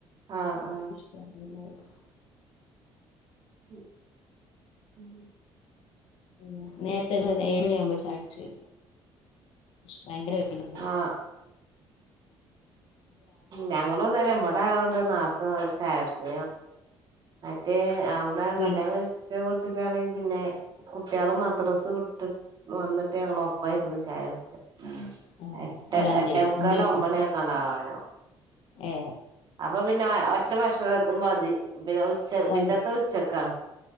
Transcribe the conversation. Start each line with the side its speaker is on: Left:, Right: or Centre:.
Right: ആ ആ
Left: ലൈറ്റ്സ്
Right: ഉ ഉം
Left: പിന്നെ നേരത്തെ ഒര് ഏഴുമണിയാവുമ്പോ ചായ കുടിച്ച് ഭയങ്കര വിഭിന്നത
Right: ആ ആ ഞങ്ങളുംതന്നെ ഇവടാവുമ്പോ നേരത്തെ ചായ കുടിച്ചു. മറ്റേ അവിടെ
Left: വീ-
Right: കല്യാണം കഴിച്ച വീട്ടിലാണെ പിന്നെ കുട്ടികള് മദ്രസ് വിട്ടി് വന്നിട്ട് ഞങ്ങള് ഒപ്പം ഇരുന്നു ചായ കുടിച്ച
Left: ആ,
Right: എട്ട്
Left: എവിടെ എന്റെ
Right: എട്ടേ
Left: വീട്ടിൽ
Right: മുക്കാല്
Left: എന്റെ വീട്ടില്
Right: ഒമ്പണിയൊക്കെ ആകാനാവും
Left: ഏ
Right: അപ്പൊ പിന്നെ ഒറ്റ ഭക്ഷണും മതി പിന്നെ ഉച്ചക് പിന്നത്തെ
Left: അത്
Right: ഉച്ചക്കാണ്